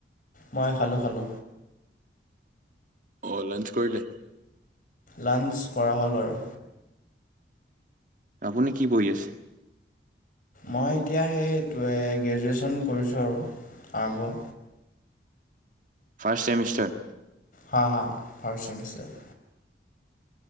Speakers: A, on the left; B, on the right.
A: মই খালোঁ খালোঁ
B: অ লাঞ্চ কৰিলে।
A: লাঞ্চ কৰা হ'ল বাৰু
B: আপুনি কি পঢ়ি আছে?
A: মই এতিয়া সেই গ্ৰেজুৱেশ্যন কৰিছোঁ আৰু আৰম্ভ
B: ফাৰ্ষ্ট ছেমিৰ্ষ্টাৰ
A: হা হা ফাৰ্ষ্ট ছেমিৰ্ষ্টাৰ।